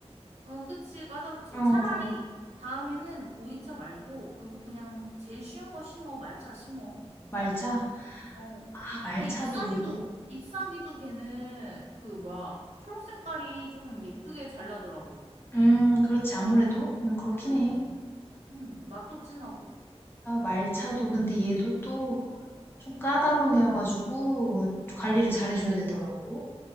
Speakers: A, on the right (about 75°); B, on the left (about 20°).
A: 어 그치 까다롭지.
B: 어.
A: 차라리 다음에는 보이차 말고 그거 그냥 제일 쉬운 거 심어 말차 심어.
B: 말차?
A: 어.
B: 아, 말차도.
A: 걔 잎사귀도 잎사귀도 걔는 그 뭐야 초록 색깔이 조금 예쁘게 잘 나더라고.
B: 음, 그렇지, 아무래도. 음, 그렇긴
A: 응.
B: 해.
A: 응. 맛도 진하고.
B: 아, 말차도, 근데 얘도 또 좀 까다로운 애여가지고 관리를
A: 응.
B: 잘해줘야 되더라고.